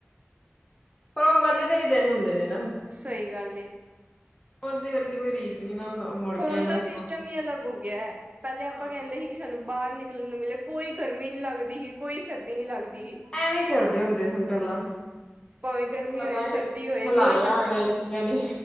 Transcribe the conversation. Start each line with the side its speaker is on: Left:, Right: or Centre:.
Left: ਪਰ ਉਹ ਮਜ਼ੇ ਦੇ ਵੀ ਦਿਨ ਹੁੰਦੇ ਨੇ। ਨਾ।
Right: ਸਹੀ ਗੱਲ ਏ।
Left: ਦੇ ਵਰਗੀ ਕੋਈ ਰੀਸ ਨੀ ਨਾ ਮੁੜ
Right: ਹੋਣ
Left: ਕੇ ਆਣਾ
Right: ਦਾ
Left: ਸਮਾਂ।
Right: ਸਿਸਟਮ ਈ ਅਲੱਗ ਹੋ ਗਿਆ ਐ ਪਹਿਲੇ ਆਪਾਂ
Left: ਹਾਂ
Right: ਕਹਿੰਦੇ ਹੀ ਕਿ ਸਾਨੂੰ ਬਾਹਰ ਨਿਕਲਣ ਨੂੰ ਮਿਲਿਆ ਕੋਈ ਗਰਮੀ ਨੀ ਲੱਗਦੀ ਹੀ ਕੋਈ ਸਰਦੀ ਨੀ ਲੱਗਦੀ ਹੀ।
Left: ਪੱਖੇ ਹੀ ਚਲਦੇ ਹੁੰਦੇ ਸਨ ਪਹਿਲਾਂ, ਹੁਣ
Right: ਭਾਵੇਂ ਗਰਮੀ
Left: ਜ਼ਿਆਦਾ
Right: ਹੋਏ
Left: ਇਹ
Right: ਸਰਦੀ ਹੋਏ
Left: ਹਿਲਾ
Right: ਮੀਂਹ
Left: ਲਿਆ
Right: ਪੈਂਦਾ
Left: ਹੋਇਆ ਏਸੀਆਂ ਨੇ।